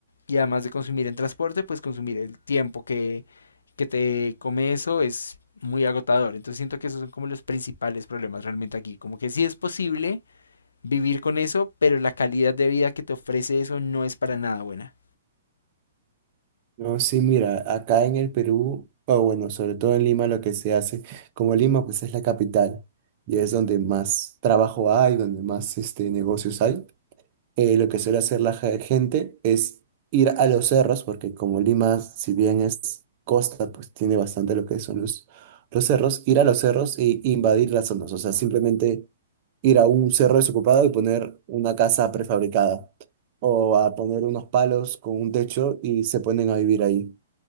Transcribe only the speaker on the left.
y además de consumir en transporte, pues consumir el tiempo que que te come eso es muy agotador. Entonces siento que esos son como los principales problemas realmente aquí. Como que sí es posible vivir con eso, pero la calidad de vida que te ofrece eso no es para nada buena.